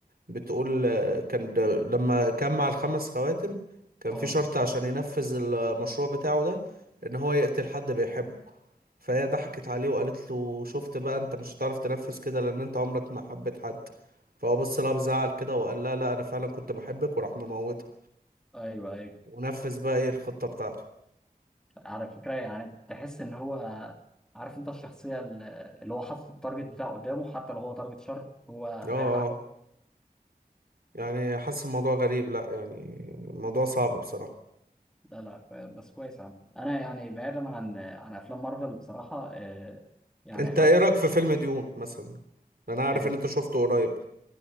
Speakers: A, on the right; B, in the centre.
A: بتقول آه، كان ده لما جمع الخمس خواتم كان
B: اه
A: في شرط عشان ينفذ المشروع بتاعه ده ان هو يقتل حد بيحبه فهي ضحكت عليه وقالت له شفت بقى انت مش هتعرف تنفذ كده لان انت عمرك ما حبيت حد فهو بص لها بزعل كده وقال لها لا انا فعلا كنت بحبك وراح مموتها
B: ايوه ايوه
A: ونفذ بقى ايه الخطة بتاعته
B: على فكره يعني تحس ان هو عارف انت الشخصيه ال- اللي هو حاطط التارجت بتاعه قدامه حتى لو هو تارجت شر هو هيحقق
A: اه اه يعني حاسس الموضوع غريب لا يعني الموضوع صعب بصراحة
B: لا لا بس كويس عم. انا يعني بعيدا عن عن افلام مارفل بصراحه آه، يعني
A: انت
B: حاسس
A: ايه رأيك في فيلم ديون مثلا انا عارف
B: آه،
A: ان انت شفته قريب